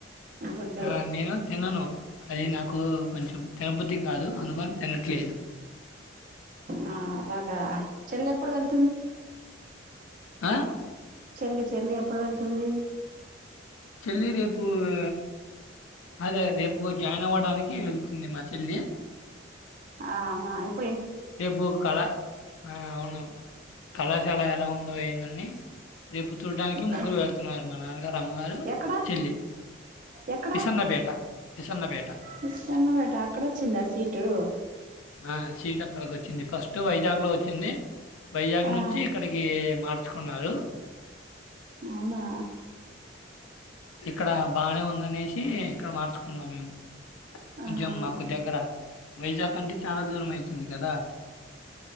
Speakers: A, on the right (about 40°); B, on the left (about 85°).
A: గుడ్డు
B: ఆ నేను తినను. అది నాకూ కొంచెం తినబుద్ది కాదు, అందుకని తినట్లేదు.
A: ఆ అలాగా చేలెప్పుడు వెల్
B: ఆ
A: చెల్లి చెల్లి ఎప్పుడు వెళ్తుందీ
B: చెల్లి రేపు ఆ అదే రేప్ పు జాయిన్ అవ్వడానికి వెళ్తుంది మా చెల్లి
A: ఆ వా అయిత్
B: రేపు కళా ఆ అవును కళాశ్ శాలా ఎలా ఉందో ఏందో అనీ రేపు చూడ్డానికి
A: ఎక్కడ
B: ముగ్గురు వెళ్తున్నారు మా నాన్నగారు అమ్మగారు
A: ఎక్కడ
B: చెల్లి.
A: ఎక్కడ
B: పిసన్నపేట పిసన్నపేట
A: విస్కన్నపేట అక్కడ వచ్చిందా సీటు
B: ఆ సీడ్ వచ్చింది ఫస్ట్ వైజాగ్ లో వచ్చిందీ వైజాగ్
A: ఆ
B: నుంచి ఇక్కడికీ మార్చుకున్నారూ
A: అవునా
B: ఇక్కడా బాగానే ఉందనేసి ఇక్కడ మార్చుకున్నాం మేము కొంచం
A: ఆహా
B: మాకు దగ్గర. వైజాగ్ కంటే చాలా దూరమయిత్ ఉంది కదా